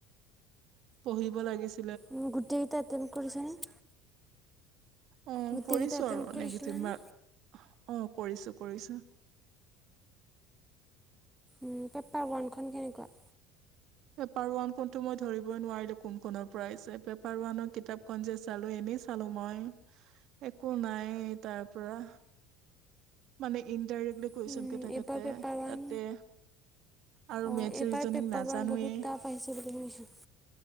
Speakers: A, on the right; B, in the centre.
A: পঢ়িব লাগিছ
B: উম গোটেই কেইটা এটেম্প কৰিছানে?
A: উম
B: গোটেইকেইটা
A: কৰিছো
B: এটেম্প
A: আৰু
B: কৰিছিলানে
A: নিগেটিভ মাৰ্ক। অ কৰিছো, কৰিছো।
B: উম, পেপাৰ ওৱানখন কেনেকুৱা?
A: পেপাৰ ওৱান কোনটো মই ধৰিবই নোৱাৰিলো, কোন কোনৰ পৰা আহিছে পেপ পাৰৱানৰ কিতাপখন যে চালো, এনেই চালো মই। একো নাইয়ে তাৰ পৰা, মানে ইনডাইৰেক্টলি
B: উম,
A: পইচা কেইটা
B: এইবাৰ
A: কাটে,
B: পেপাৰ ওৱান
A: তাতে আৰু
B: অঁ
A: মেটচ
B: এইবাৰ
A: ৰিজনিং
B: পেপাৰ
A: নাজ
B: ওৱান
A: জানোৱেই,
B: বহুত টাফ আহিছে বুলি শুনিছোঁ